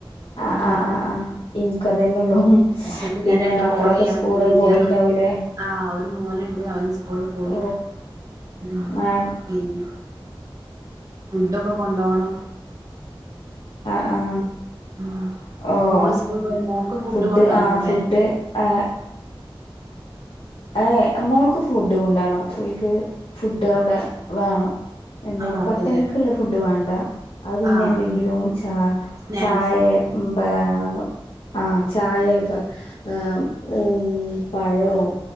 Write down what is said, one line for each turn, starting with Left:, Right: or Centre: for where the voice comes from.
Left: ആഹ്,
Right: ഉം
Left: ആഹ്, ആഹ് ആഹ് ഇൻകതന്നൊള്ളൂ ഹ്മ്മ്,
Right: അപ്പഴേക്ക്
Left: പിന്നെ
Right: ഞാൻ രണ്ട്
Left: മക്കളൊക്കെ
Right: കോള് ചെയ്യാൻ
Left: സ്കൂള്
Right: കരുതിയിരിക്കയാണ്
Left: പോയിണ്ടാവൂലേ
Right: ആഹ് ഒരു മോനുണ്ട് അവൻ സ്കൂള് പോയി.
Left: ഓ
Right: ഹ്മ്മ്
Left: ആ
Right: പിന്നെ ഫുഡൊക്കെ കൊണ്ടോണം
Left: ആഹ്.
Right: ഉം
Left: ഓഹ്,
Right: മോള് സ്കൂളിൽ പോയി മോക്ക്
Left: ഫുഡ്
Right: കൊണ്ടോവണ്ടല്ലേ
Left: ആഹ് ഫുഡ് ഏഹ് ഏഹ്, മോൾക്ക് ഫുഡ് കൊണ്ടോണം, ഓൽക്ക് ഫുഡ് അവിടെ വേണം. എന്തേനി
Right: ആഹ്
Left: പത്തണിക്ക്ള്ള
Right: അതല്ലേ
Left: ഫുഡ് വാണ്ട അത് പിന്നെ
Right: ആഹ്
Left: എന്തെങ്കിലും
Right: ഉം
Left: ച
Right: സ്നാക്സ്
Left: ചായേ <unintelligible> ആഹ് ചായ <unintelligible> പഴോ